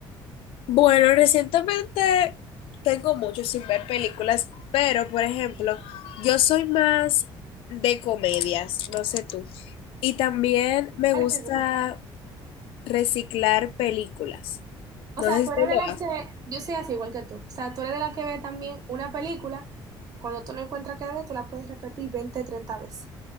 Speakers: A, on the left; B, on the right.
A: Bueno, recientemente tengo mucho sin ver películas, pero por ejemplo, yo soy más de comedias, no sé tú. Y también me
B: ¿Cuál
A: gusta
B: te gusta?
A: reciclar películas.
B: O
A: No
B: sea,
A: sé
B: tú
A: si
B: eres
A: tú
B: de
A: lo
B: las
A: haces.
B: que, yo soy así igual que tú. O sea, tú eres de las que ve también una película, cuando tú no encuentras que ver, tú la puedes repetir veinte, treinta veces.